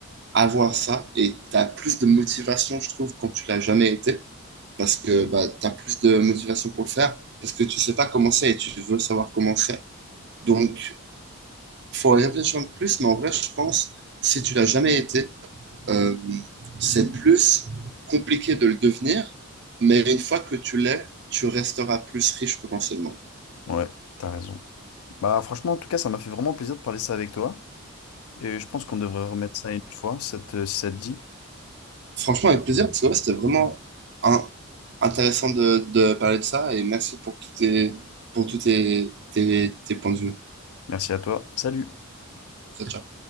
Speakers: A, on the right; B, on the left.
A: avoir ça et tu as plus de motivation, je trouve, quand tu l'as jamais été, parce que bah, tu as plus de motivation pour le faire, parce que tu sais pas comment c'est et tu veux savoir comment c'est. Donc, faut y réfléchir un peu plus, mais en vrai, je pense, si tu l'as jamais été, euh, c'est plus compliqué de le devenir, mais une fois que tu l'es, tu resteras plus riche potentiellement.
B: Ouais, t'as raison. Bah franchement, en tout cas, ça m'a fait vraiment plaisir de parler ça avec toi. Et je pense qu'on devrait remettre ça une autre fois, ça te- si ça te dit.
A: Franchement, avec plaisir, parce que ouais, c'était vraiment un- intéressant de, de parler de ça et merci pour tous tes, pour tous tes, tes, tes points de vue.
B: Merci à toi. Salut.
A: Ciao, ciao.